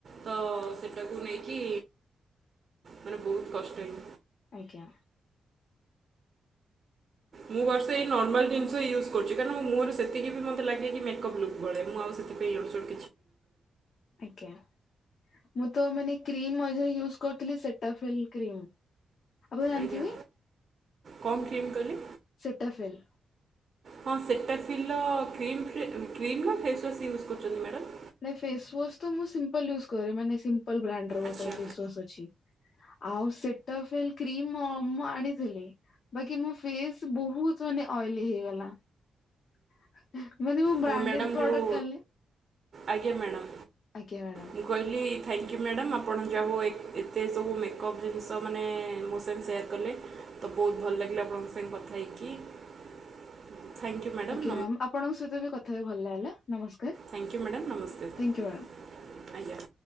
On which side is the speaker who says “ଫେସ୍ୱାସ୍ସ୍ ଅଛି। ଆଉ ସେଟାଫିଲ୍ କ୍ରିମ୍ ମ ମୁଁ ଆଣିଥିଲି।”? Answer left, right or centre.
Left